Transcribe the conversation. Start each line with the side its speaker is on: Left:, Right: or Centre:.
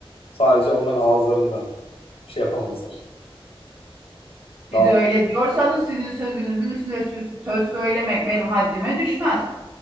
Left: Sadece onların ağızlarında. Bir şey yapamazlar.
Right: Siz
Left: Rahat.
Right: öyle diyorsanız sizin sözünüzün üstüne sö- söz söylemek benim haddime düşmez.